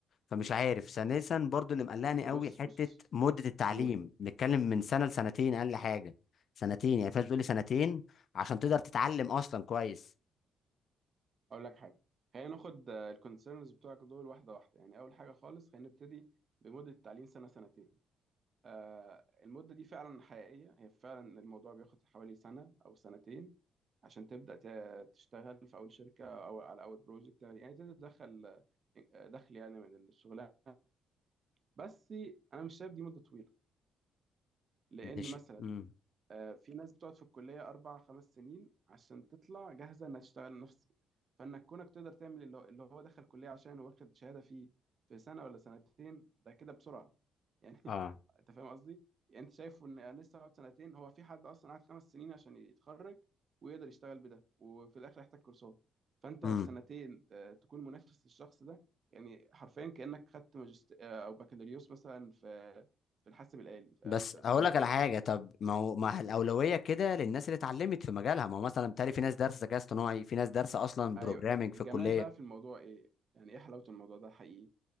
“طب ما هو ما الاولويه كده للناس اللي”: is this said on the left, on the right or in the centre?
Left